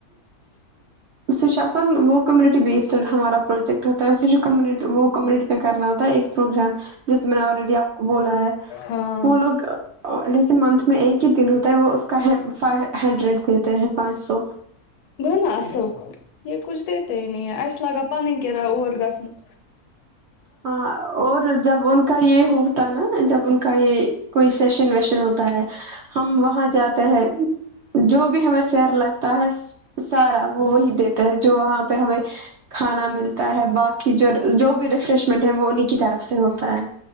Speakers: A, on the right (about 65°); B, on the left (about 85°).
A: س جو آان وہ کومونٹی بیسڈ ہمار پروجٹ ہوتا ہے وہ کمیونٹی پ کرنا ہوتا ہے ایک پروگرام جس میں نے آلریڈی آپ کو بولا ہے
B: ہاں
A: وہ لوگ لیکن منتھ میں ایک ہی دن ہوتا ہے وہ اس کا فائی ہنڈریڈ دیتے ہیں پانچ سو
B: گوو نا اصل یہ کچھ دیتے اس لگا پنن کرایہ اورور گسنس
A: ہاں اور جب ان کا یہ ہوتا نا جب ان کا یہ کوئیس سیشن ویشن ہوتا ہے ہم وہاں جاتے ہیں جو بھی ہمیں فر لگتا ہے سارا وہ وہی دیتا ہے جو وہاں پہ ہمیں کھانا ملتا ہے باقی جو جو بھی ریفریش ٹ ہے وہ انہیں کی طرف سے ہوتا ہے